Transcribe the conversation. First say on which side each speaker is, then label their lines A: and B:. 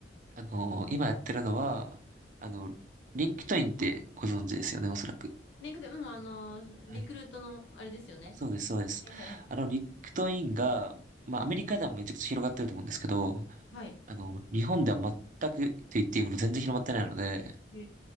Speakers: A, on the right; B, on the left.
A: あの、今やってるのは、あの、リンクトインってご存知ですよね、おそらく。
B: リンクで、うん、あの、リクルートの、
A: はい
B: あれですよね。
A: そうです、そうです。
B: はいはいはい。
A: あの、リクトインが、まあ、アメリカではめちゃくちゃ広がってると思うんですけど、
B: はい。
A: あの、日本では全くと言っていいほど全然広まってないので、
B: へ